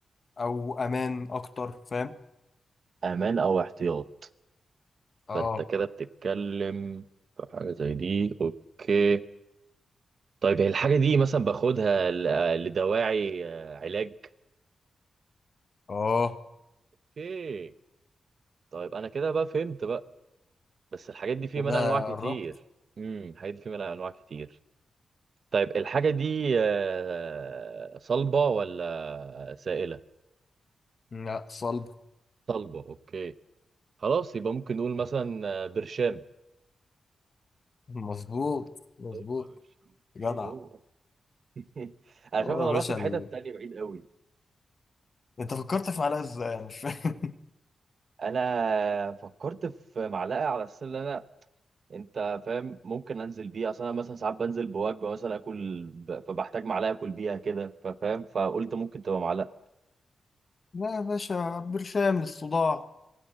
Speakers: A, on the left; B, on the right.
A: أو أمان أكتر فاهم
B: امان او احتياط
A: اه
B: فانت كده بتتكلم في حاجه زي دي اوكي طيب هي الحاجه دي مثلا باخدها ل- لدواعي آه، علاج
A: اه
B: اوكي طيب انا كده بقى فهمت بقى بس الحاجات دي في
A: كده
B: منها انواع كتير
A: قربت
B: امم الحاجات دي في منها انواع كتير طيب الحاجة دي آه، صلبة ولا سائلة؟
A: لا صلب
B: صلبة اوكي خلاص يبقى ممكن نقول مثلا آه، برشام
A: مظبوط مظبوط
B: هو يا باشا،
A: جدع
B: ايه هو <laughs> انا
A: هو
B: شايف انا
A: يا باشا
B: رحت في
A: ال...
B: حتة تانية بعيد قوي
A: انت فكرت في علاج ازاي انا مش فاهم
B: انا فكرت في معلقة على اساس ان انا انت فاهم ممكن انزل بيها اصل انا مثلا ساعات بنزل بوجبة مثلا اكل ب... فبحتاج معلقة اكل بيها كده ففاهم فقلت ممكن تبقى معلقة
A: <laughs> لا يا باشا برشام للصداع